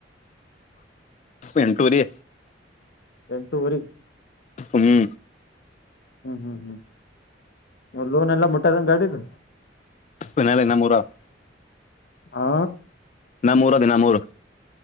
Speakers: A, on the left; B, on the left.
A: ಎಂಟುವರಿ,
B: ಎಂಟುವರಿ,
A: ಹ್ಮ್,
B: ಹ್ಮ್, ಹ್ಮ್, ಹ್ಮ್ ಅಲೋನ್ ಎಲ್ಲ ಮುಟ್ಟದನ ಗಾಡಿದು.
A: ಇ ನಳ ಇನ್ನ ಮೂೂರಾ <inaudible>
B: ಹಾ,
A: ನಾ ಮೂರು ಅದಿನ ಮೂರು